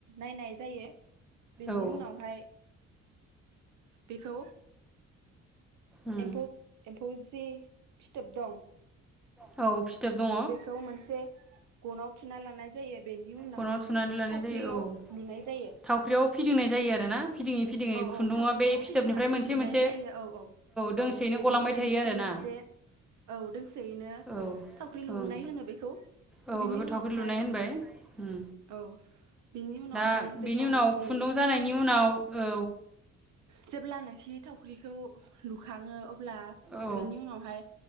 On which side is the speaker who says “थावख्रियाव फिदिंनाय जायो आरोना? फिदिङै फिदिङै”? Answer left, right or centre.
Centre